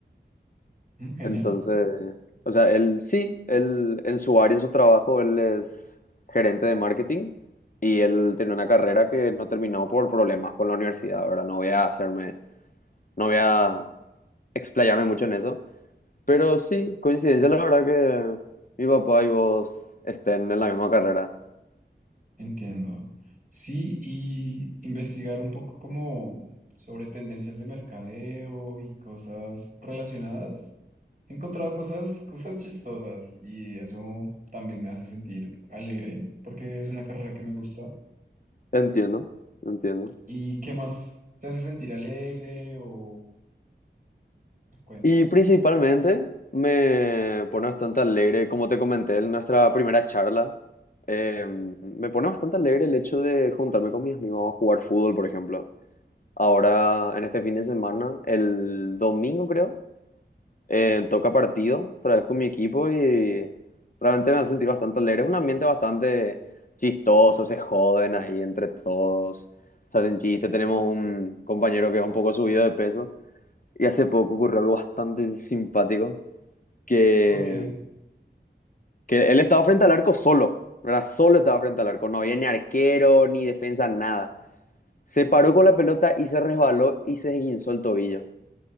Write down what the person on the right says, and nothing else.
Mm, genial.
Entiendo. Sí, y investigar un poco como sobre tendencias de mercadeo y cosas relacionadas. He encontrado cosas, cosas chistosas y eso también me hace sentir alegre porque es una carrera que me gusta.
¿Y qué más te hace sentir alegre o cuéntame?
Ok,